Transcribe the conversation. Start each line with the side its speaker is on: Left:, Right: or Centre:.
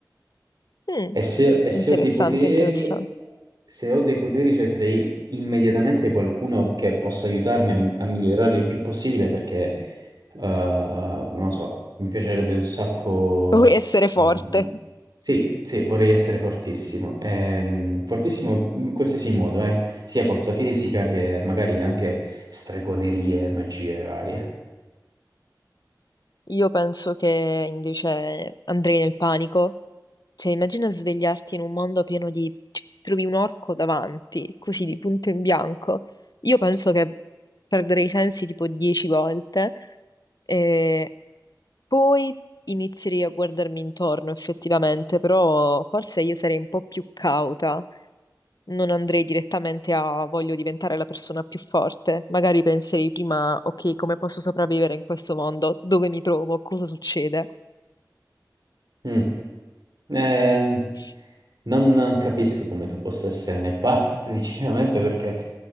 Left: Mm,
Right: E se, e
Left: interessante,
Right: se ho dei poteri,
Left: interessante.
Right: se ho dei poteri cercherei immediatamente qualcuno che possa aiutarmi a, a migliorarli il più possibile perché, eh, non lo so, mi piacerebbe un sacco...
Left: Vuoi essere forte?
Right: ehm, sì, sì, vorrei essere fortissimo. Ehm, fortissimo in qualsiasi modo, eh, sia forza fisica che magari anche stregonerie, magie varie.
Left: Io penso che invece andrei nel panico Cioè, immagina svegliarti in un mondo pieno di... cioè, trovi un orco davanti, così di punto in bianco. Io penso che perderei i sensi tipo dieci volte. E poi inizierei a guardarmi intorno, effettivamente, però forse io sarei un po' più cauta. Non andrei direttamente a voglio diventare la persona più forte. Magari penserei prima, ok, come posso sopravvivere in questo mondo? Dove mi trovo? Cosa succede?
Right: Mm. Eh,
Left: <laughs>
Right: non capisco come tu possa essere nel padre, <laughs> sinceramente, perché